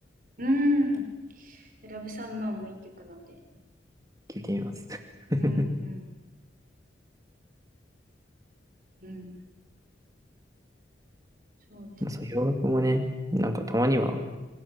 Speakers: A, on the right; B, on the right.
A: め。うん。ラブサムワンもいい曲なんで。
B: 聞いてみます。<laughs>
A: うん、うん、うん。そうですね。
B: まあそう、洋楽もね、なんかたまには、